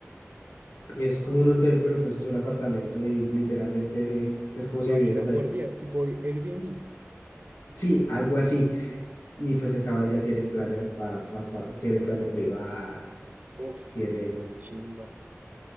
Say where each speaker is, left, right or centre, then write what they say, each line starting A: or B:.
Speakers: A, on the left; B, on the right.
A: Y eso es como un hotel, pero pues es un apartamento y literalmente eh, es como si
B: Lo
A: vivieras
B: alquilan
A: ahí.
B: por días, tipo Airbnb.
A: Sí, algo así. Y pues esa vaina tiene playa pa, pa, pa- tiene playa privada,
B: Uf,
A: tiene,
B: qué chimba.